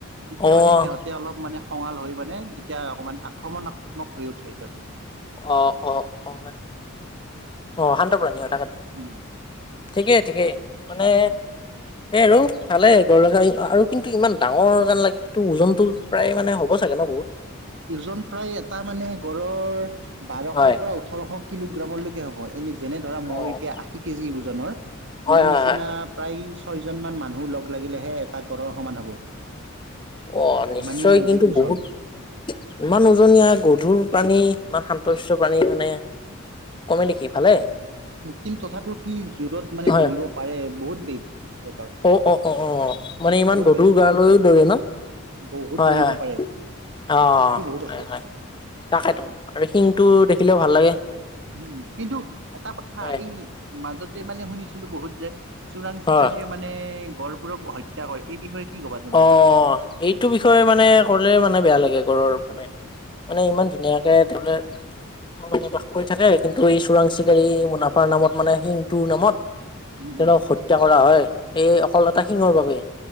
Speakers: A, on the right; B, on the left.
A: তেতিয়া
B: অ',
A: মানে সিহঁতে অলপ মানে খঙাল হৈ মানে তেতিয়া অকমান আক্ৰমণাত্মক হৈ উঠে যহতে
B: অ, অ, অ, অ শান্তপ্ৰাণী অ তাকেটো
A: উম।
B: ঠিকেই, ঠিকেই৷মানে
A: <inaudible>
B: এ ৰ ভালে আৰু কিন্তু ইমান ডাঙৰ যেন লাগে কিন্তু ওজনতটো প্ৰায় মানে হ'ব চাগে ন বহুত?
A: ওজন প্ৰায় এটা মানে গড়ৰ বাৰশৰ
B: হয়
A: পৰা ওঠৰশ কিলোগ্ৰামলৈকে হ'ব৷ এনে যেনে ধৰা
B: অ',
A: মই এতিয়া আশী কেজি ওজনৰ
B: হয়
A: মোৰ নিচিনা
B: হয় হয়
A: প্ৰায় ছয় জন মান মানুহ লগ লাগিলেহে এটা গঁড়ৰ সমান হ'ব৷
B: অ নিশ্চয়
A: ইমানেই মানে
B: কিন্তু
A: ওজন
B: বহুত ইমান ওজনীয়া গধুৰ প্ৰাণী, ইমান শান্ত-শিষ্ট প্ৰাণী মানে কমে নেকি? ভালে৷
A: কিন্তু তথাপি কি জোৰত মানে
B: হয়
A: দৌৰিব পাৰে বহুত বেগ সিহঁতৰ
B: অ অ অ অ মানে ইমান
A: বহুত
B: গধুৰ
A: বেগত
B: গালৈ ও দৌৰে ন?
A: বহুত
B: হয়
A: দৌৰিব
B: হয়
A: পাৰে৷
B: অ
A: শক্তি বহুত
B: হয়
A: আছে
B: হয় তাকেতো আৰু শিংটো দেখিলেও ভাল লাগে৷
A: উম, কিন্তু এটা কথা,
B: হয়
A: এই মাজতে মানে শুনিছিলো বহুত যে চোৰাং
B: হয়
A: চিকাৰীয়ে মানে গঁড়বোৰক হত্যা কৰে এই বিষয়ে কি ক'বা তুমি
B: অ এইটো বিষয়ে মানে ক'লে মানে বেয়া লাগে গঁড়ৰ মানে ইমান ধুনীয়াকে থাকে মানে বাস কৰি থাকে কিন্তু এই চোৰাং চিকাৰী মুনাফাৰ নামত মানে শিংটোৰ নামত
A: উম,
B: তেওঁলোকক
A: উম।
B: হত্যা কৰা হয় এই অকল এটা শিঙৰ বাবে৷